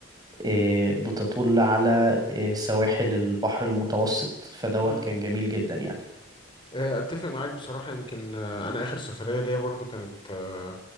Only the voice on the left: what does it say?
امم
اتفق معاك بصراحه يمكن آه، انا اخر سفريه ليا برضو كانت آه،